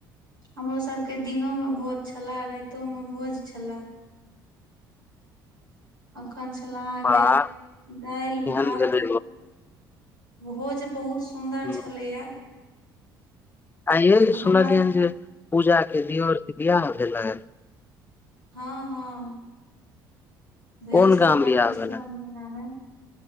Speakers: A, on the right; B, on the left.
A: हमरोसभके दिनोमे भोज छलए राइतोमे भोज छलए। अखन छलए अहाँके
B: वाह
A: दालि
B: केहन
A: भात।
B: भेलै
A: भोज बहुत सुन्दर
B: रोज
A: छलैया।
B: आ यह सुनलियन
A: हमरा
B: जे पूजा के दर से बिियाह भेलनि।
A: हँ हँ। भेल
B: कोन
A: छले
B: गाम
A: ह
B: बियाह
A: पिछला
B: भेलनि
A: मे। <unintelligible>